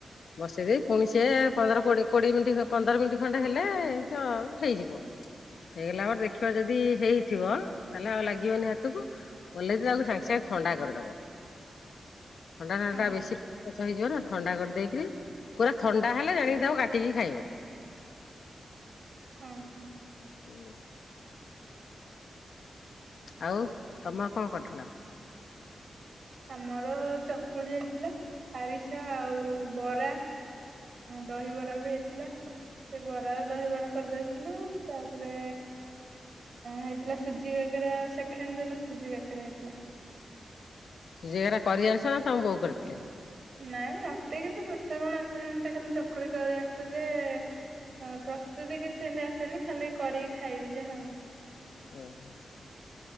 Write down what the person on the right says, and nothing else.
ହଁ
ହୁଁ ହୁଁ।
ଆମର ଚକୁଳି ହେଇଥିଲା ଆରିସା ଆଉ ବରା ଦହିବରା ବି ହେଇଥିଲା ସେ ବରାରେ ଦହିବରା କରିଦେଇଥିଲୁ ତାପରେ ହେଇଥିଲା ସୁଜି କାକେରା ସେକେଣ୍ଡ ଦିନ ସୁଜି କାକେରା ହେଇଥିଲା।
ନାଇଁ ମତେ କିଛି ପିଠାପଣ ଆସେନି ମତେ ଖାଲି ଚକୁଳି କରି ଆସେ ଯେ ପ୍ରସ୍ତୁତି କିଛି ଏମତି ଆସେନି ଖାଲି କରିକି ଖାଇବି ଯାହା ହଉ।